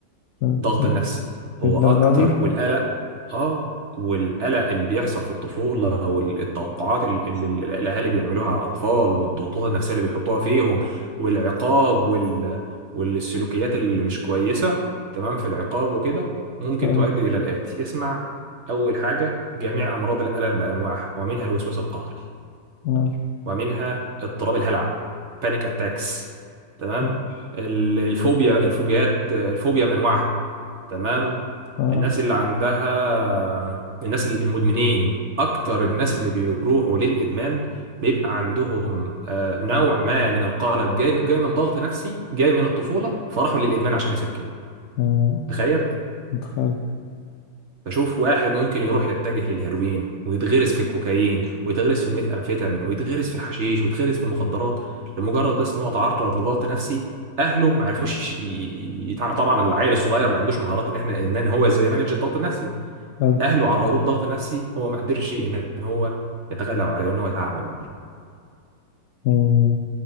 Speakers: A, on the left; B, on the right.
A: مم.
B: الضغط
A: يعني
B: النفسي
A: للدرجة
B: هو اكتر
A: دي
B: والقلق اه والقلق اللي بيحصل في الطفوله او ال- التوقعات ال- اللي ال- الاهالي بيعملوها على الاطفال والضغوطات النفسيه اللي بيحطوها فيهم والعقاب وال... والسلوكيات اللي مش كويسه تمام في العقاب وكده ممكن
A: حلو
B: تؤدي الى الاتي اسمع اول حاجه جميع امراض القلق بانواعها ومنها الوسواس القهري
A: ماشي.
B: ومنها اضطراب الهلع بانيك اتاكس تمام
A: ماشي.
B: ال- الفوبيا الفوبيات الفوبيا بانواعها تمام
A: تمام
B: الناس اللي عندها الناس المدمنين اكتر الناس اللي بيروحوا للادمان بيبقى عندهم آه، نوع ما من القلق جاي جاي من ضغط نفسي جاي من الطفولة فراحوا للادمان عشان يسكنوا
A: مم.
B: تخيل
A: متخيل
B: بشوف واحد ممكن يروح يتجه للهيروين ويتغرس في الكوكايين ويتغرس في الميثامفيتامين ويتغرس في الحشيش ويتغرس في المخدرات لمجرد بس ان هو تعرض لضغط نفسي اهله ما عرفوش ي- يتع... طبعا العيل الصغير ما عندوش مهارات ان احنا ان هو ازاي يمانج الضغط النفسي
A: حلو
B: اهله عرضوه لضغط نفسي هو ما قدرش ان هو يتغلب عليه وان هو يتعامل معاه
A: مم.